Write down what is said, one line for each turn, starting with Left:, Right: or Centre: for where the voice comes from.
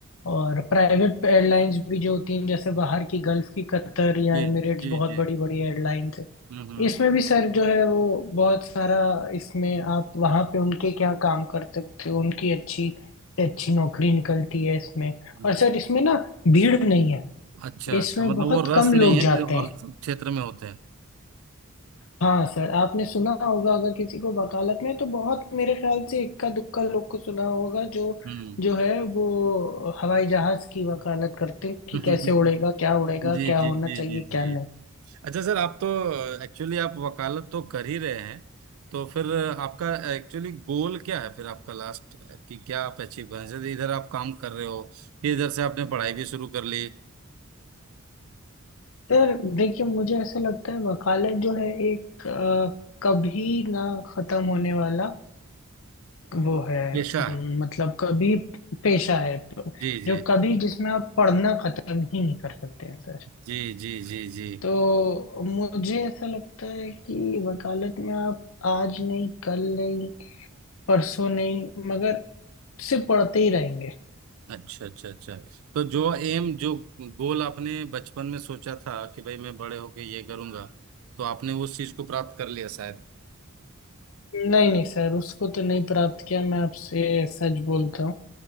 Left: और प्राइवेट एयरलाइंस भी जो होती हैं जैसे बाहर की गल्फ की कतर या
Right: जी
Left: एमिरेट्स
Right: जी
Left: बहुत
Right: जी
Left: बड़ी बड़ी एयरलाइंस है
Right: हम्म हम्म
Left: इसमें भी सर जो है वो बहुत सारा इसमें आप वहाँ पे उनके क्या काम कर सकते हो उनकी अच्छी से अच्छी नौकरी निकलती है इसमें
Right: हम्म।
Left: और सर इसमें ना भीड़ नहीं है
Right: अच्छा
Left: इसमें
Right: अच्छा मतलब
Left: बहुत
Right: वो रस
Left: कम
Right: नहीं
Left: लोग
Right: है
Left: जाते
Right: जो
Left: हैं
Right: और क्षेत्र में होते हैं
Left: हाँ सर आपने सुना होगा अगर किसी को वकालत में तो बहुत मेरे ख्याल से इक्का दुक्का लोग को सुना होगा जो
Right: हम्म
Left: जो है वो हवाई जहाज की वकालत करते हैं कि
Right: <laughs>
Left: कैसे उड़ेगा क्या उड़ेगा
Right: जी
Left: क्या
Right: जी
Left: होना
Right: जी
Left: चाहिए
Right: जी जी
Left: क्या नहीं
Right: अच्छा सर आप तो एक्चुअली आप वकालत तो कर ही रहे हैं तो फिर आपका एक्चुअली गोल क्या है फिर आपका लास्ट कि क्या आप अचीव करना चाहते हैं? इधर आप काम कर रहे हो कि इधर से आपने पढ़ाई भी शुरू कर ली
Left: सर देखिए मुझे ऐसा लगता है वकालत जो है एक अ, कभी ना खत्म होने वाला वो है
Right: पेशा
Left: उम,
Right: है
Left: मतलब कभी पेशा है
Right: जी जी
Left: जो कभी जिसमें आप पढ़ना खत्म ही नहीं कर सकते हैं सर
Right: जी जी जी जी
Left: तो मुझे ऐसा लगता है कि वकालत में आप आज नहीं कल नहीं परसों नहीं मगर सिर्फ पढ़ते ही रहेंगे
Right: अच्छा अच्छा अच्छा तो जो एम जो गोल आपने बचपन में सोचा था कि भाई मैं बड़े होके ये करूंगा तो आपने उस चीज को प्राप्त कर लिया शायद
Left: नहीं नहीं सर उसको तो नहीं प्राप्त किया मैं आपसे सच बोलता हूँ